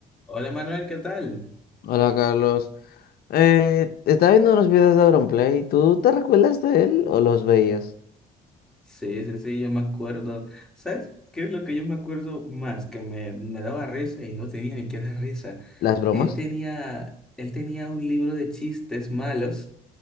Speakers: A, in the centre; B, on the left (about 65°).
A: Hola Manuel, ¿qué tal?
B: Hola Carlos, eh, estaba viendo unos videos de Auronplay, ¿tú te recuerdas de él o los veías?
A: Sí, sí, sí, yo me acuerdo. ¿Sabes qué es lo que yo me acuerdo más? Que me, me daba risa y no tenía ni qué dar risa.
B: ¿Las bromas?
A: Él tenía, él tenía un libro de chistes malos